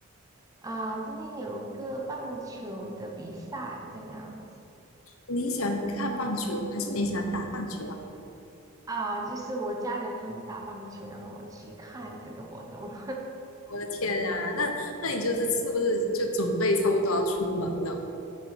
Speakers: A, on the right; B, on the left.
A: 啊，今天有个棒球的比赛这个样子
B: 你喜欢看棒球，还是你喜欢打棒球啊？
A: 啊，就是我家人他们打棒球，然后我去看这个活动。<laughs>
B: 我的天啊，那那你就是是不是就准备差不多要出门了？